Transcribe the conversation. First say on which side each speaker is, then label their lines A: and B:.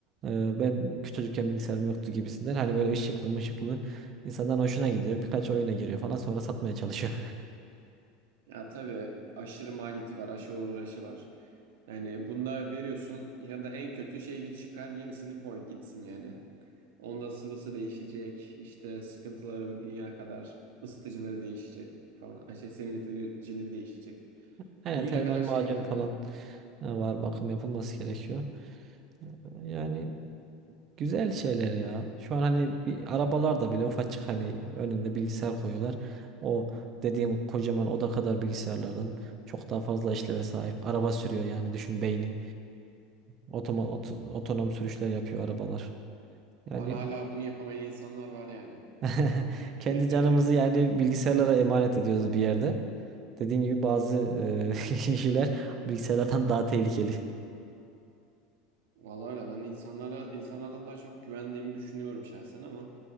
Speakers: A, on the right (about 35°); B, on the right (about 85°).
A: E, ben küçücükken bilgisayarım yoktu gibisinden. Hani böyle ışıklı ışıklı insanların hoşuna gidiyor. Birkaç oyuna giriyor falan sonra satmaya çalışıyor.
B: Ya tabii aşırı maliyeti var, aşırı uğraşı var. Yani bunda veriyorsun ya da en kötü şeyini çıkar, yenisini koy gitsin yani. Onda sıvısı değişecek, işte sıkıntıları bu dünya kadar, ısıtıcıları değişecek falan. Ha Şey, serinleticileri değişecek.
A: <laughs> Aynen
B: Dünya
A: termal
B: kadar
A: macun
B: şey var
A: falan.
B: ya.
A: Ha, Var bakım yapılması gerekiyor. E, Yani güzel şeyler ya. Şu an hani bir arabalarda bile ufacık hani önünde bilgisayar koyuyorlar. O dediğim kocaman oda kadar bilgisayarlardan çok daha fazla işleve sahip. Araba sürüyor yani düşün beyni. Otoma, ot- otonom sürüşler yapıyor arabalar. Yani
B: Hala hala bunu yapamayan insanlar var yani.
A: <laughs>
B: <laughs>
A: kendi canımızı yani bilgisayarlara emanet ediyoruz bir yerde. Dediğim gibi bazı e, <laughs> kişiler bilgisayarlardan daha tehlikeli.
B: Vallahi öyle ben de insanlara insanlardan daha çok güvendiğimi düşünüyorum şahsen ama